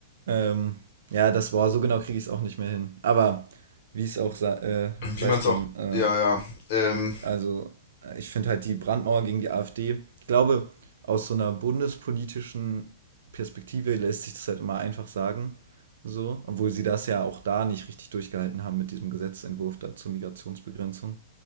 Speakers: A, on the right; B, on the left.
A: Ähm, ja, das war so genau kriege ich es auch nicht mehr hin. Aber wie es auch sei, äh,
B: Wie
A: sei
B: man
A: es
B: es
A: drum.
B: auch,
A: Äh,
B: ja, ja. Ähm,
A: also, äh, ich finde halt die Brandmauer gegen die AfD, ich glaube, aus so einer bundespolitischen Perspektive lässt sich das halt immer einfach sagen. So, obwohl sie das ja auch da nicht richtig durchgehalten haben mit diesem Gesetzentwurf da zur Migrationsbegrenzung.